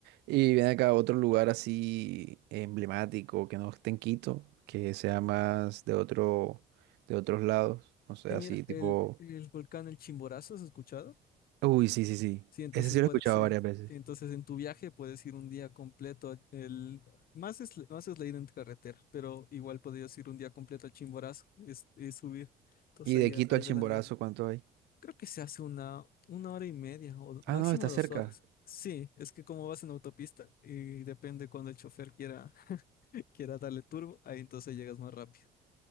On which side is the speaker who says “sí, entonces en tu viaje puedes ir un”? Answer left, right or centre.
Left